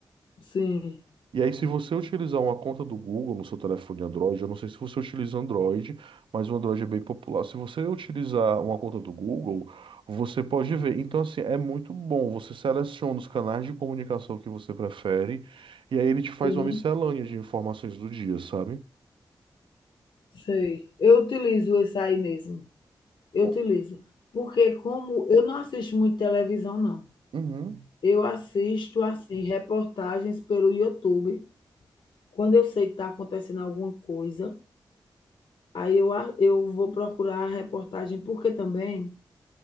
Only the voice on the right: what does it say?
E aí, se você utilizar uma conta do Google no seu telefone Android, eu não sei se você utiliza Android, mas o Android é bem popular. Se você utilizar uma conta do Google, você pode ver. Então, assim, é muito bom. Você seleciona os canais de comunicação que você prefere, e aí ele te
faz uma miscelânea de informações do dia, sabe?
Bom,
Uhum,